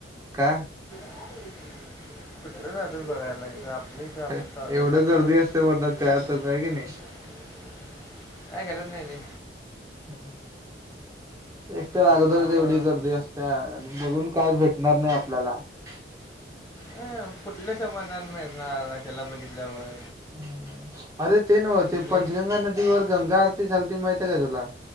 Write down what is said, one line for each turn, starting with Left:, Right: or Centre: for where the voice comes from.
Right: काय?
Left: कुठलं जातोस बघायला ईथ आप ये ईथ आपलं
Right: एवढं
Left: जागा आहे बस
Right: गर्दी
Left: <unintelligible>
Right: असते म्हणतात त्यातच आहे की नाही
Left: काही करत नाही ते.
Right: <unintelligible> एक तर अगोदरच
Left: जावा
Right: एवढी गर्दी असत्या आणि बोलुन काय भेटणार नाही आपल्याला. <inaudible>
Left: अ कुठल्या समाधान मिळणार त्याला बघितल्यावर
Right: अ अरे ते नव्हते
Left: कुठले
Right: पंचगंगा नदीवर गंगा आरती झाचाल त माहती का तुला